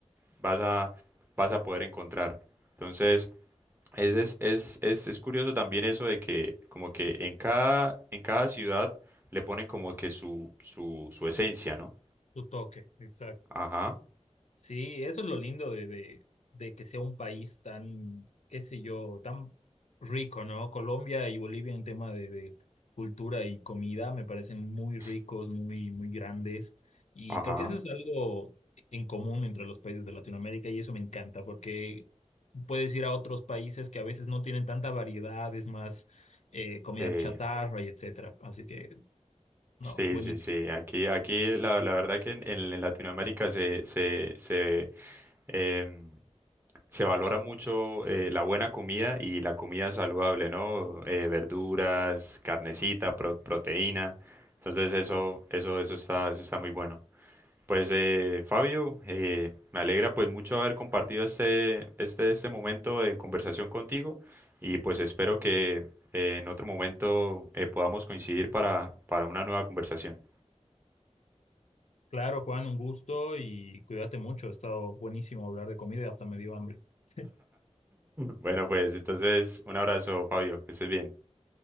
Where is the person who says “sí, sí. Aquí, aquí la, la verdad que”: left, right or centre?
Right